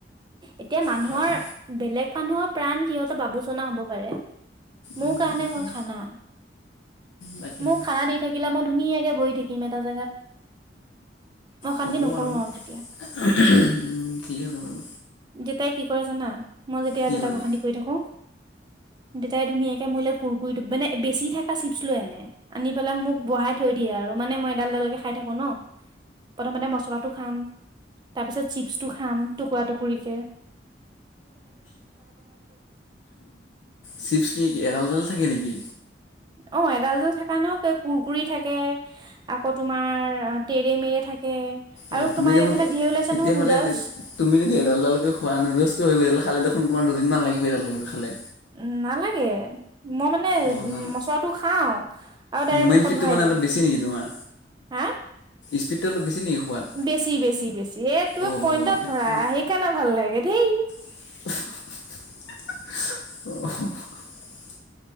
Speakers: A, on the right (about 25°); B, on the left (about 80°).
A: এতিয়া, মানুহৰ
B: খানা
A: বেলেগ মানুহৰ প্ৰাণ সিহঁতৰ বাবু চনা হ'ব পাৰে। মোৰ
B: অঁ
A: কাৰণে
B: তাকে
A: হ'ল খানা।
B: তাকেহে
A: মোক খানা দি থাকিলে মই ধুনীয়াকে বহি থাকিম। এ এটা জেগাত। অশান্তি
B: হ'ব
A: নকৰো
B: বাৰু উম,
A: আৰু তেতিয়া।
B: ঠিক আছে বাৰু।
A: দেউতাই কি জানা মই যেতিয়া
B: কি
A: দেউতাক
B: কৰে
A: অশান্তি কৰি থাকোঁ। দেউতাই ধুনীয়া কে মোলে, কুৰকুৰিটো মানে, বেচি থাকা চিপছ লৈ আনে, আনি পেলাই মোক বহাই থৈ দিয়ে আৰু। মানে, মই এডাল, এডালকে খায় থাকোঁ ন'। প্ৰথমতে, মছলাটো খাম। তাৰপিছত, চিপছটো খাম টুকুৰা, টুকৰিকে।
B: চিপছ কি এডাল, এডাল থাকে নেকি?
A: অ'! এডাল যে, থাকা ন' কুৰকুৰি থাকে, আকৌ তোমাৰ তেৰে মেৰে থাকে। আৰু
B: অ'! তুমি
A: তোমাৰ
B: দেখোন
A: এইবিলাক ধেৰ ওলাইছে
B: তেতিয়াহ'লে,
A: নহয় নুডলছ
B: তুমি যদি এডাল এডালকে খোৱা, নষ্ট হৈ গোটেইকেইডাল খালে দেখো দেখোন তোমাৰ দুদিনমান লাগিব এডাল, এডালকে খালে।
A: উম, নালাগে। মই মানে,
B: অ' নালে
A: মচলাটো খাওঁ আৰু ডাইৰেক্ট
B: মুভমেণ্ট
A: মুখত
B: স্পীডটো
A: ভৰাই
B: মানে
A: দিওঁ।
B: অলপ বেছি নেকি তোমাৰ?
A: হা
B: স্পীডটো অলপ বেছি নেকি? খোৱাত?
A: বেছি, বেছি, বেছি, এ, তুমি
B: অ'
A: পইণ্টত
B: অ' তাকে
A: ধৰা সেইকাৰণে ভাল লাগে ধেই।
B: <unintelligible>